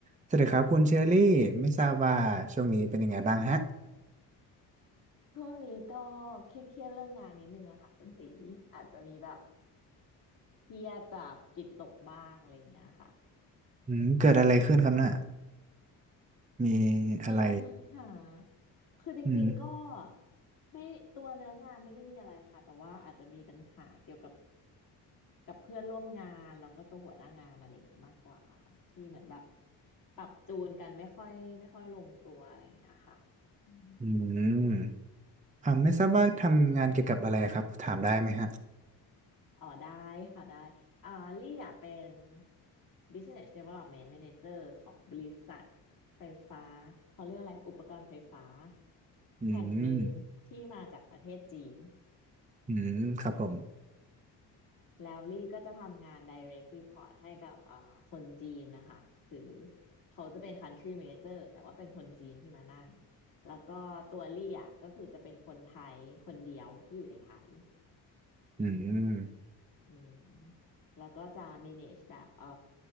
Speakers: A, on the right; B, on the left.
A: สวัสดีครับคุณเชอรี่ไม่ทราบว่าช่วงนี้เป็นยังไงบ้างฮะ
B: ช่วงนี้ก็เครียดๆเรื่องงานนิดนึงอะค่ะคุณตีอาจจะมีแบบเครียดแบบจิตตกบ้างอะไรอย่างเงี้ยค่ะ
A: อืมเกิดอะไรขึ้นครับน่ะมีอะไร
B: มีปัญหาคือจริงๆก็
A: อืม
B: ไม่ตัวเนื้องานไม่ได้มีอะไรค่ะแต่ว่าอาจจะมีปัญหาเกี่ยวกับกับเพื่อนร่วมงานแล้วก็ตัวหัวหน้างานอะไรอย่างเงี้ยมากกว่าค่ะที่เหมือนแบบปรับจูนกันไม่ค่อยไม่ค่อยลงตัวอะไรอย่างเงี้ยค่ะอืม
A: อืมอ่าไม่ทราบว่าทำงานเกี่ยวกับอะไรครับถามได้ไหมฮะ
B: อ๋อได้ค่ะได้อ่าลี่อ่ะเป็น Business Development Manager ของบริษัทไฟฟ้าเขาเรียกอะไรอุปกรณ์ไฟฟ้า
A: อืม
B: แห่งหนึ่งที่มาจากประเทศจีน
A: อืมครับผม
B: อ่าแล้วลี่ก็จะทำงาน Direct Report ให้กับอ่าคนจีนนะคะคือเขาจะเป็น Country Manager แต่ว่าเป็นคนจีนที่มานั่งแล้วก็ตัวลี่อ่ะก็คือจะเป็นคนไทยคนเดียวที่อยู่ในไทย
A: อืม
B: อืมแล้วก็จะ manage แบบเอ่อ